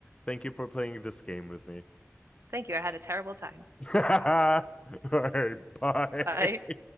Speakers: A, on the left; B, on the right.
A: Thank you for playing this game with me.
B: Thank you. I had a terrible time.
A: <laughs> All right, bye.
B: Bye.